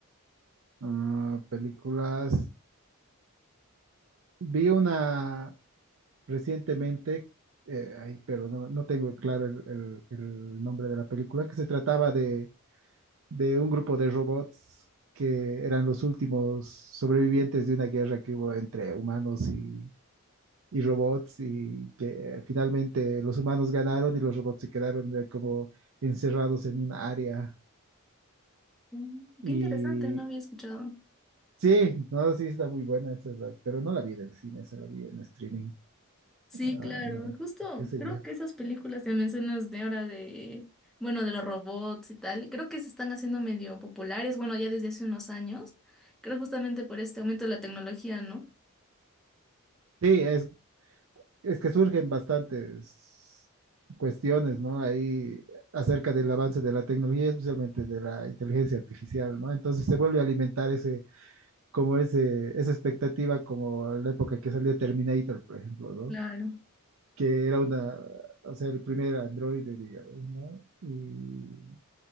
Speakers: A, on the right (about 60°); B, in the centre.
A: Ah, películas. Vi una recientemente, eh, ay, pero no, no tengo claro el, el- el nombre de la película, que se trataba de, de un grupo de robots que eran los últimos sobrevivientes de una guerra que hubo entre humanos y, y robots y que eh, finalmente los humanos ganaron y los robots se quedaron eh, como encerrados en un área.
B: Mm,
A: Y
B: Qué interesante, no había escuchado.
A: sí, no, sí está muy buena esa, pero no la vi en el cine, esa la vi en streaming.
B: Sí,
A: Ay,
B: claro,
A: no,
B: justo
A: qué sé
B: creo
A: yo.
B: que esas películas que mencionas de ahora de, bueno, de los robots y tal, creo que se están haciendo medio populares, bueno, ya desde hace unos años, creo justamente por este aumento de la tecnología, ¿no?
A: Sí, es, es que surgen bastantes cuestiones, ¿no? Ahí acerca del avance de la tecnología, especialmente de la inteligencia artificial, ¿no? Entonces se vuelve a alimentar ese, como ese, esa expectativa, como en la época que salió Terminator, por ejemplo, ¿no?
B: Claro.
A: Que era una, o sea, el primer androide, digamos, ¿no? Y,